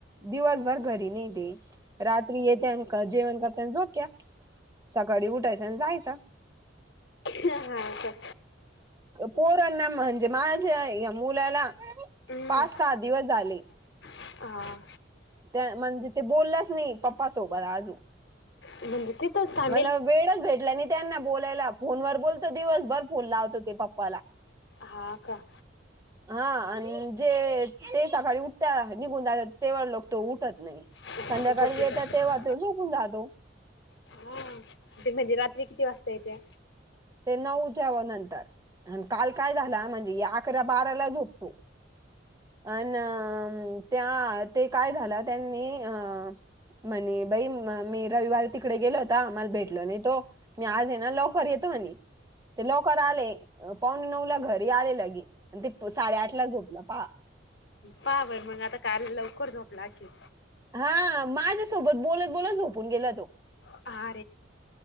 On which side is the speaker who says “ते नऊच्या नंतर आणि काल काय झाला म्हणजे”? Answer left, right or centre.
Right